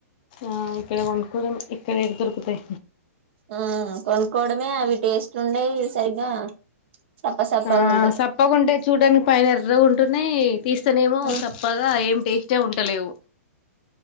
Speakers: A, on the left; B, on the right.
A: ఆ ఇక్కడ కొనుక్కోడమే ఇక్కడ ఏడ దొరుకుతై
B: ఉ కొనుక్కోవడమే అవి టేస్ట్ ఉండయి సరిగ్గా సప్ప సప్పగా
A: ఆ
B: ఉంటాయి
A: సప్పకుంటే చూడ్డానికి పైన ఎర్రగా ఉంటున్నాయి సనేమో
B: ఉమ్
A: సప్పగా ఏం టేస్టే ఉంటలేవు